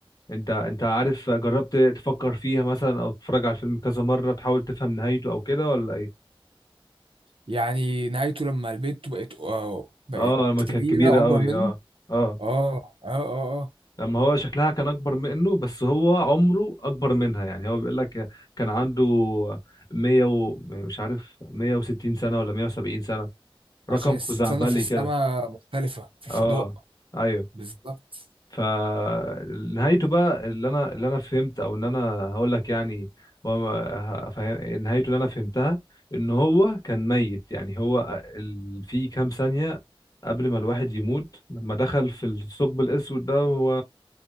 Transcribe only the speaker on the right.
يعني نهايته لما البنت بقت آه، بقت
كبيرة
أكبر
منه
اه اه اه اه
عشان السنة
في السماء
مختلفة في
الفضاء
بالظبط